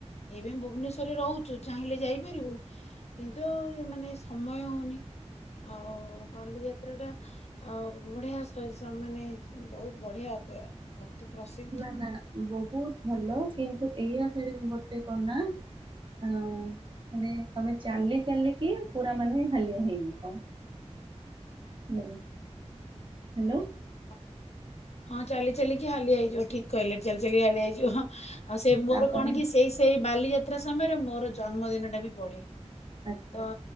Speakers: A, on the left; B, on the right.
A: ଏବେ ମୁଁ ଭୁବନେଶ୍ୱରରେ ରହୁଚୁ ଚାହିଁଲେ ଯାଇପା ରିବୁ କିନ୍ତୁ ମାନେ ସମୟ ହୋଉନି ଆଉ ବାଲିଯାତ୍ରା ଟା ଆଉ ବଢିଆ ସ‌ଏ ସମାନେ ବୋହୁତ ବଢିଆ ପେ ଅତି ପ୍ରସି
B: ନାଁ ନାଁ ବୋହୁତ ଭଲ କିନ୍ତୁ ଏଇଆ <unintelligible> ଗୋଟେ କହନା। ଆ ମାନେ ତମେ ଚାଲି ଚାଲିକି ପୁରା ମାନେ ହାଲିଆ ହେଇଯିବ। ହୁଁ ହ୍ୟାଲୋ।
A: ହଁ ହଁ ଚାଲି ଚାଲିକି ହାଲିଆ ହେଇଯିବ ଠିକ୍ କହିଲେ ଚାଲି ଚାଲିକା ହାଲିଆ ହେଇଯିବ ହଁ। ଆଉ ସେ ମୋର
B: ତାପରେ
A: କଣ କି ସେଇ ସେଇ ବାଲିଯାତ୍ରା ସମୟରେ ମୋର ଜନ୍ମଦିନ ଟା ବି ପଢେ।
B: ଆଚ୍ଛା
A: ତ